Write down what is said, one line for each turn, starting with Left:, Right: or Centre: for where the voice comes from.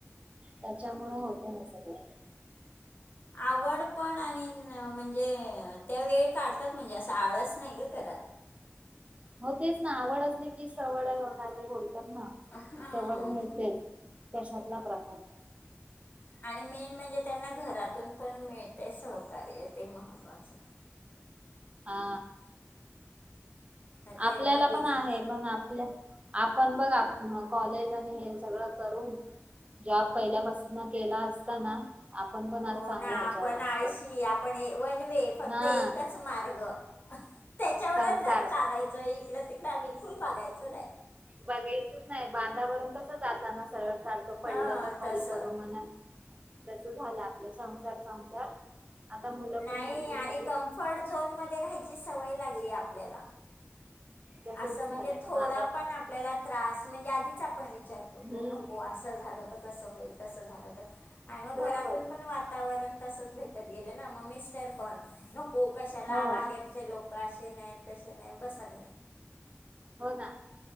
Right: त्याच्यामुळ हो <unintelligible>
Left: आवड पण आणि न म्हणजे त्या वेळ काढतात, म्हणजे असं आळस नाही ग करत.
Right: हो तेच ना आवड असली सवड अ काय ते बोल तर ना
Left: हां
Right: सवड मिळतेच कशातला प्रकार
Left: आणि मेन म्हणजे त्यांना घरातून पण मिळतय सहकार्य ते महत्त्वाचय
Right: आ
Left: नाही तर
Right: आपल्याला
Left: एवढं बिझी
Right: पण आहे पण आपल्या आपण बघ आप कॉलेज आणि हे सगळं करून जॉब पहिल्यापासन केला असताना आपण पण आज
Left: हो
Right: चांगलं
Left: ना
Right: ह्याच्यावर
Left: आपण आळशी
Right: असतो.
Left: <unintelligible> फक्त
Right: हा
Left: एकच मार्ग त्याच्यावरच
Right: संसार
Left: <unintelligible> दर चालायच इकडं तिकड बिलकुल बघायचं नाही.
Right: बघायचच नाही बांधावरून कसं जाताना सरळ चालतो पडलं
Left: हां
Right: तर खाली
Left: तसं
Right: पडो म्हण तस झालं आपला संसार संसार आता मुलं पण
Left: नाही
Right: मोठी
Left: आणि
Right: झाली
Left: कम्फर्ट झोन मध्ये राहायची सवय लागलीय आपल्याला
Right: तसच
Left: आसं म्हणजे
Right: झालंय
Left: थोड
Right: पण आता
Left: पण आपल्याला त्रास म्हणजे आधीच आपण विचार करतो
Right: हम्म
Left: नको आसं झालं तर कस होईल तसं झालं <unintelligible> आणि मग
Right: बरोबर
Left: घरातून पण वातावरण तसच भेटत गेलं ना मग मी तर पण हो कशाला
Right: हो
Left: बाहेरचे लोक अस हे नाही तशे नाही बसा घरा
Right: हो ना